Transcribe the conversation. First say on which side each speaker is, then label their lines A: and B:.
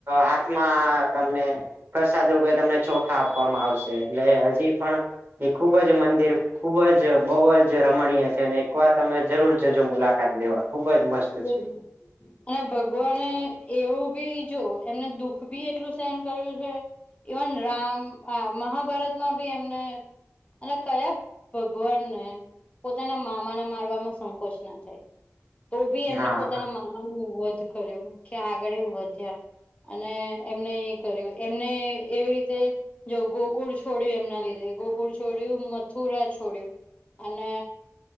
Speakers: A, on the right; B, on the left.
A: હાથમાં તમને. પ્રસાદ રૂપે તમને ચોખા આપવામાં આવશે એટલે હજી પણ. એ ખુબ જ મંદિર ખુબ જ. બહુ જ રમણીય છે અને એકવાર તમે જરૂર જજો મુલાકાત લેવા. ખુબ જ મસ્ત
B: બ.
A: છે
B: અને ભગવાને એવું બી જો એમને દુખ ભી એટલું સહન કર્યું છે. ઇવન રામ મહાભારતમાં બી એમને. અને કયા ભગવાનને પોતાના મામાને મારવાવામાં સંકોચ ના થાય. તો ભી એમને
A: હા
B: પોતાના મામા ન વધ કર્યું કે આગળ વધ્યા. અને એમને એ કર્યું એમને એવી રીતે. જો ગોકુળ છોડ્યું એમના લીધે ગોકુળ છોડ્યું મથુરા છોડ્યું. અને